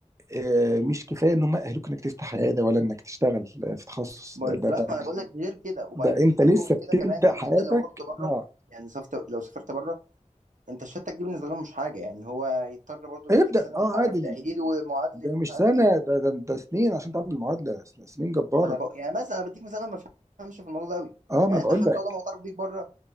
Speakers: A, on the right; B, on the right.
A: آه، مش كفاية إن هم يأهلوك إنك تفتح عيادة ولا إنك تشتغل آه، في تخصص
B: بالظبط
A: ده, ده, ده,
B: ما انا بقول لك غير كده وبعدين
A: ده أنت
B: الاقوى
A: لسه
B: من
A: بتبدأ
B: كده كمان ان
A: حياتك
B: انت لو رحت بره
A: أه
B: يعني سافرت لو سافرت بره انت الشهادتك دي بالنسبه لهم مش حاجه يعني هو يضطر برضه
A: ابدأ
B: يديك سنه
A: أه
B: مش
A: عادي
B: عارف تاهيل ومعادله
A: ده مش
B: مش عارف
A: سنة
B: ايه
A: ده ده, ده سنين عشان تعمل معادلة سن- سنين جبارة
B: ما انا بقى يعني مثلا انا بديك مثال انا ما بفهمش في الموضوع ده قوي
A: اه ما
B: يعني
A: انا بقول
B: انت حتى
A: لك
B: لو معترف بيك بره